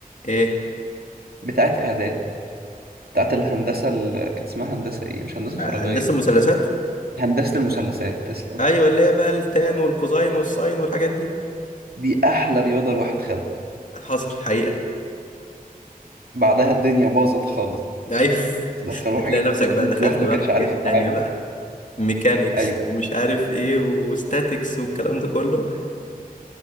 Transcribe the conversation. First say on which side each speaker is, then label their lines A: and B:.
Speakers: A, on the left; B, on the right.
A: ايه
B: بتاعت اعدادي بتاعت الهندسة اللي كانت اسمها هندسة ايه مش هندسة
A: آه،
B: فراغية
A: هندسة المثلثات
B: هندسة المثلثات تسلم
A: ايوه اللي هي بقى التان والكوزاين والساين والحاجات دي
B: دي احلى رياضة الواحد خدها
A: حصل حقيقة
B: بعدها الدنيا باظت خالص
A: ايوه
B: دخلوا
A: <laughs> هتلاقي
B: حاجات
A: نفسك
B: كتير
A: بقى دخلت
B: الواحد ما
A: بقى
B: كانش
A: في
B: عارف
A: حاجات
B: يتعامل
A: تانية بقى ميكانيكس
B: ايوه
A: ومش عارف ايه وستاتيكس والكلام ده كله